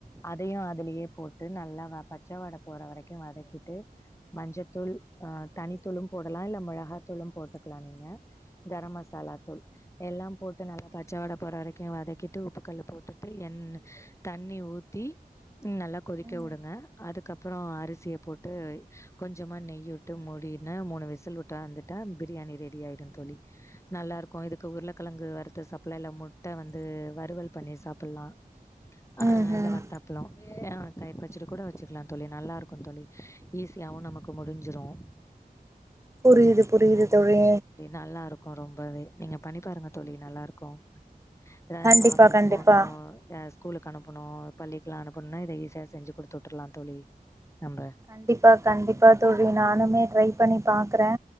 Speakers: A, on the left; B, on the right.
A: அதையு அதுலயே போட்டு நல்லா பச்ச வாட போற வரைக்கு வதக்கிட்டு மஞ்சத்தூள் அ தனித்தூளு போடலா இல்ல மிளகாத்தூளு போட்டுக்கலா நீங்க கரம் மசாலா தூள் எல்லா போட்டு நல்லா பச்சவாட போற வரைக்கு வதக்கிட்டு உப்பு கல் போட்டுட்டு எண் தண்ணி ஊத்தி நல்லா கொதிக்க
B: ம்
A: உடுங்க அதுக்கப் அப்பற அரிசிய போடடு கொஞ்சோமா நெய் உட்டு மூடியினா மூணு விசில் விட் ட்டு வந்துட்டா பிரியாணி ரெடி ஆயிடு தோழி நல்லா கொழந்தைக்கு உருளைக்கிழங்கு வறுத்து சாப்பாலா இல்ல முட்ட வந்து வறுவல் பண்ணி சாப்பலா ஆ
B: ம் ம்
A: இல்ல வத்தாப்
B: ம்
A: லாம் அ தயிர்ப்பச்சடி கூட வச்சுக்லா தோழி நல்லா இருக்கும் தோழி ஈஸியாவும் நமக்கு முடிஞ்சிடும்
B: புரியுது புரியுது தோழி
A: நல்லாருக்கு ரொம்பவே நீங்க பண்ணி பாருங்க தோழி நல்லாருக்கு ஏன்னா
B: கண்டிப்பா
A: நம்ப ஆஃபிஸ்
B: கண்டிப்பா
A: போனோ எஸ் கூலுக்கு அனுப்புணு பள்ளிக்குலா அனுப்புனா இத ஈஸியா செஞ்சு குடுத்துவுட்டுலா தோழி நம்ப
B: கண்டிப்பா கண்டிப்பா தோழி நானுமே ட்ரை பண்ணி பாக்ற